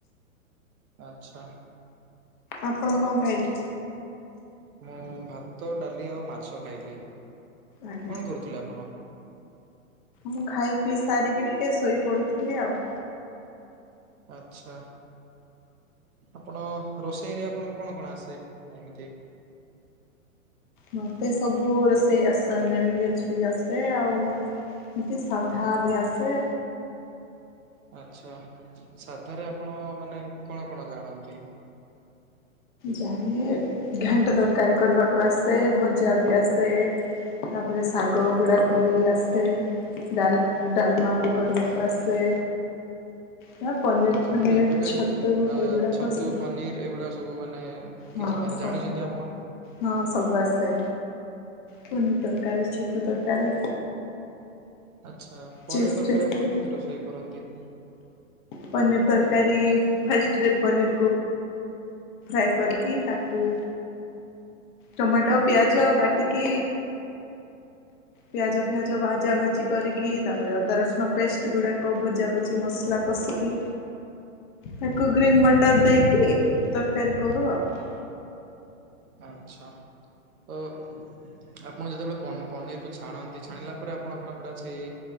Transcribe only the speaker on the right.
ଆଚ୍ଛା।
ମୁଁ ଭାତ ଡାଲି ଆଉ ମାଛ ଖାଇଲି
କଣ କରୁଥିଲେ ଆପଣ?
ଆଚ୍ଛା। ଆପଣ ରୋଷେଇରେ ଆପଣଙ୍କୁ କଣ କଣ ଆସେ ମାନେ ଏମିତି
ଆଚ୍ଛା ସାଧାରେ ଆପଣ ମାନେ କଣ କଣ ଜାଣନ୍ତି?
ଆଚ୍ଛା
ମାନେ କେବେ
ଅ
ଛତୁ
ପନିର ଏଗୁଡାକ ସ ସବୁ ମାନେ
କିଛି ମାନେ
ଜାଣିଚନ୍ତି ଆପଣ?
ଆଚ୍ଛା
ପନିର ତରକାରୀ
ଆପଣ କେମିତି ରୋଷେଇ କରନ୍ତି?
ଆଚ୍ଛା ଓ ଆପ ଆପଣ ଯେତେବେଳେ ପନି ପନିରକୁ ଛାଣନ୍ତି ଛାଣିଲା ପରେ ଆପଣ କଣ ହେଟା ଛେଇ